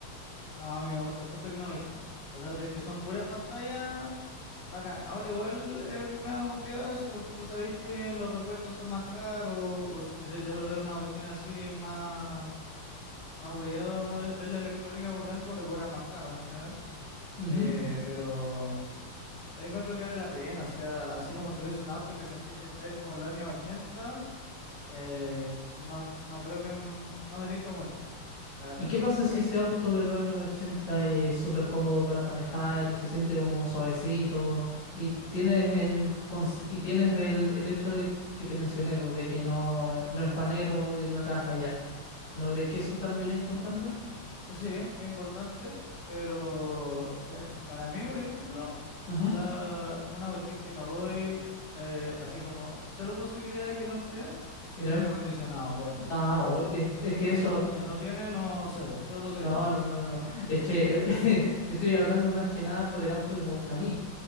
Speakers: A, on the left; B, on the left.
A: No, a mí me gusta full tecnología. O sea, si es que son puras pantallas, Bacán. Ahora igual es medio complicado eso porque tú sabes que los repuestos son más caros o si que se echa a perder una cuestión así es más, más hueveado le- ver la electrónica por dentro te cobran más caro en general.
B: Ujú.
A: Eh, pero yo encuentro que vale la pena, o sea, así como subirse a un auto que sentís que estáis como en los años 80, eh, no, no creo que mm, no me tinca mucho, la verdad.
B: ¿Y qué pasa si
A: Hay
B: ese auto de los años 80 es súper cómodo para manejar y se siente como suavecito y tienes en cons- y tienes el, el hecho de que te mencioné, vos, de que no, no es panero y de que no te va a fallar? ¿No crees que eso también es importante?
A: Sí, es importante, pero pa- <laughs> para mí, por ejemplo,
B: Ujú,
A: la, una cuestión que no doy, eh, así como cero posibilidad de que no esté,
B: ¿Ya?
A: el aire acondicionado. Bueno,
B: Ah, o- es, es que
A: si
B: eso.
A: no, si no tiene, no, cero, cero posibilidad.
B: No, no, no, no, no. Es que <laughs> yo estoy hablando más que nada por el auto que me gusta a mí.